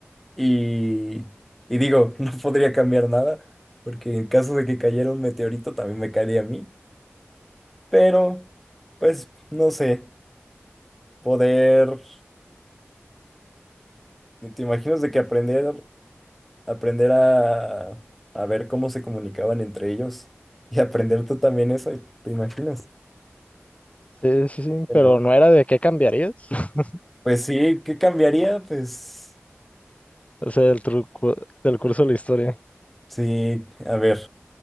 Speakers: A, in the centre; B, on the left.
A: Y, y digo, <laughs> no podría cambiar nada, porque en caso de que cayera un meteorito también me caería a mí. Pero, pues, no sé, poder, ¿te imaginas de que aprender? aprender a, a ver cómo se comunicaban entre ellos <laughs> y aprender tú también eso, ¿te imaginas?
B: Sí, sí, sí,
A: Sí, Señor.
B: pero no era de qué cambiarías. <laughs>
A: Pues sí, ¿qué cambiaría? Pues
B: O sea, del truco, del curso de la historia.
A: sí, a ver,